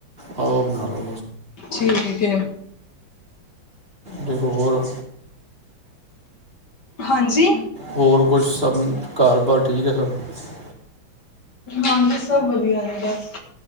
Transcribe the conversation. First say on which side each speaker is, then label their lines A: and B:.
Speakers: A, on the right; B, on the left.
A: ਆਹ ਉਹ ਬਣਾ ਲਓ
B: ਠੀਕ
A: ਫਿਰ ਹੋਰ
B: ਹਾਂਜੀ
A: ਹੋਰ ਕੁਛ ਸਭ ਘਰ ਬਾਰ ਠੀਕ ਹੈ ਸਭ
B: ਹਾਂਜੀ ਸਭ ਵਧੀਆ ਨੇ ਬਸ